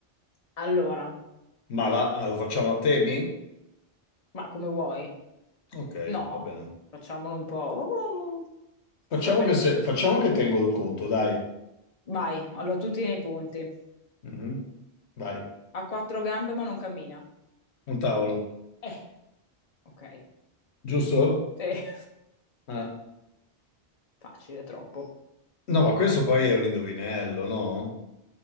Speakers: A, on the left; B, on the left.
A: Allora,
B: Ma va, allora, facciamo a temi?
A: ma come vuoi?
B: Ok,
A: No,
B: va bene.
A: facciamolo un po'.
B: Facciamo
A: Prefer-
B: che, se- facciamo che tengo il conto, dai.
A: Vai, allora tu tieni i punti.
B: Mhm. Vai,
A: Ha quattro gambe ma non cammina.
B: un tavolo,
A: Eh, ok.
B: giusto?
A: Sì, <laughs>
B: Ah,
A: facile, troppo.
B: No, ma questo poi è un indovinello, no?